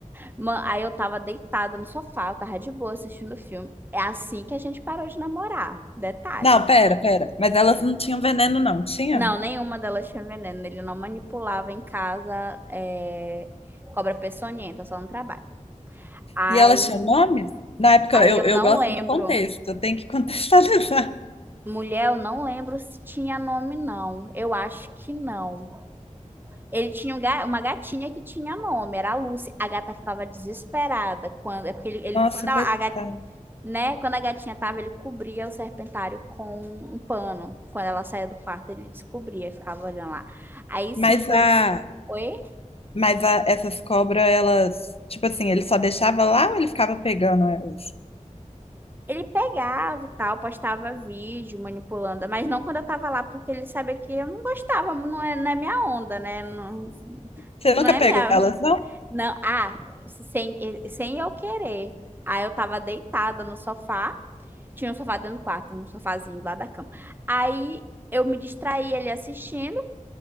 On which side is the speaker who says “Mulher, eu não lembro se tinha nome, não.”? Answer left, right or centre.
Right